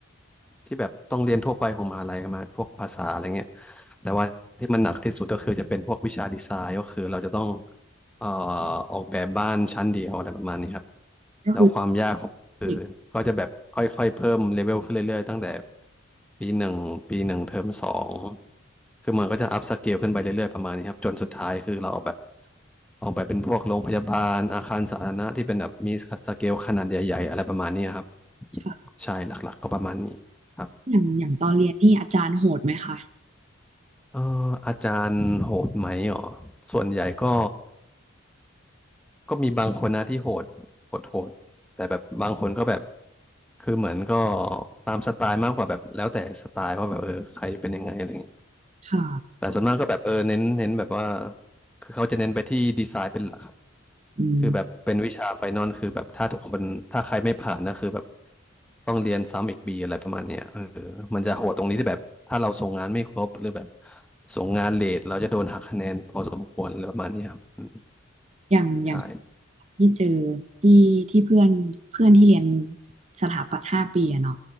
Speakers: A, in the centre; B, on the right.
A: ที่แบบต้องเรียนทั่วไปของมหาลัยมาพวกภาษาอะไรเงี้ยแต่ว่าที่มันหนักที่สุดก็คือจะเป็นพวกวิชาดีไซน์ก็คือเราจะต้องเอ่อออกแบบบ้านชั้นเดียวอะไรประมาณนี้ครับ
B: ก็คือ
A: แล้วความยากของ คือก็จะแบบค่อยๆเพิ่มเลเวลขึ้นเรื่อยๆตั้งแต่
B: เด็ก
A: ปีหนึ่งปีหนึ่งเทอมสองคือมันก็จะอัพสเกลขึ้นไปเรื่อยๆประมาณนี้ครับจนสุดท้ายคือเราเอาแบบออกไปเป็นพวกโรงพยาบาลอาคารสาธารณะที่เป็นแบบมีสเกลขนาดใหญ่ๆอะไรประมาณนี้ครับ
B: ค่ะ
A: ใช่หลักๆก็ประมาณนี้ครับ
B: อย่างอย่างตอนเรียนนี่อาจารย์โหดไหมคะ
A: เอ่ออาจารย์โหดไหมอ๋อส่วนใหญ่ก็ ก็มีบางคนนะที่โหดโหดโหดแต่แบบบางคนก็แบบ คือเหมือนก็ตามสไตล์มากกว่าแบบแล้วแต่สไตล์ว่าแบบเออใครเป็นยังไงอะไรอย่างเงี้ย
B: ค่ะ
A: แต่ส่วนมากก็แบบเออเน้นเน้นแบบว่าคือเขาจะเน้นไปที่ดีไซน์เป็นหลักครับ
B: อืม
A: คือแบบเป็นวิชาไฟนอลคือแบบถ้าทุกคนถ้าใครไม่ผ่านนะคือแบบต้องเรียนซ้ำอีกปีอะไรประมาณเนี้ยเออมันจะโหดตรงนี้ที่แบบถ้าเราส่งงานไม่ครบหรือแบบส่งงานเลทเราจะโดนหักคะแนนพอสมควรอะไรประมาณเนี้ยครับอืม
B: อย่างอย่าง
A: ใช่
B: ที่เจอที่ที่เพื่อนเพื่อนที่เรียนสถาปัตย์ห้าปีอะเนาะ